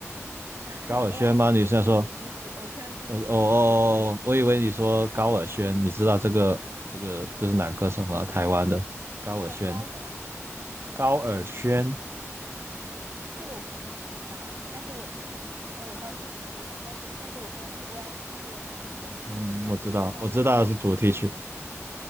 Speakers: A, on the right; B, on the right.
A: <laughs>
B: 高尔宣吗？
A: OST
B: 你是要说
A: 是主题曲，偶像剧主题曲的意思，
B: 呃哦哦，我以为你说高尔宣，你知道这个这个就是男歌手吗？台湾的高尔宣，
A: 叫高什么？
B: 高尔宣，
A: 这个我不是很知道哎，但是我 OK，那我到时候去搜一下。但是但是我说的那个 OST 这个词，你先记一下，
B: 嗯，我知道，
A: 这个是网络高用高频词。
B: 我知道是主题曲，